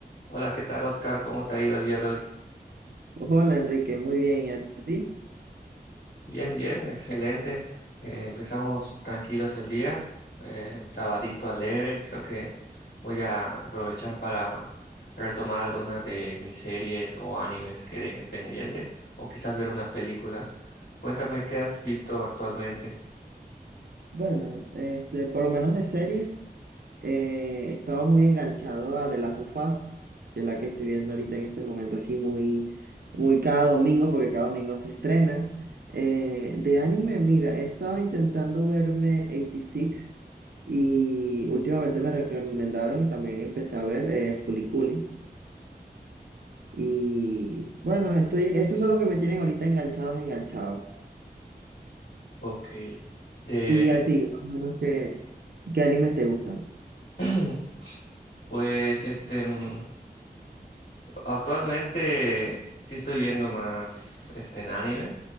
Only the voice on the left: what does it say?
Hola, ¿qué tal, Oscar? ¿Cómo te ha ido el día de hoy?
Bien, bien, excelente. Eh, empezamos tranquilos el día, eh, un sabadito alegre. Creo que voy a aprovechar para retomar algunas de mis series o animes que dejé pendientes, o quizás ver una película. Cuéntame qué has visto actualmente.
Ok. De,
<clears throat> pues, este. mm, Actualmente sí estoy viendo más este en anime